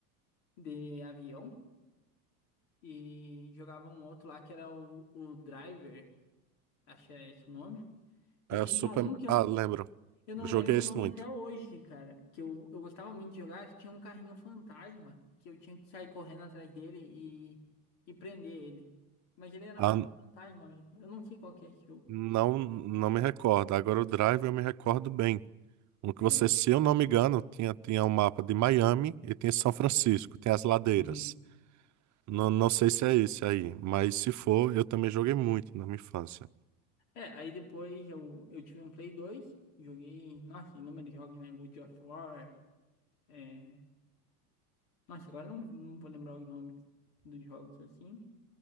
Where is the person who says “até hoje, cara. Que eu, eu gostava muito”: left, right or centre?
Left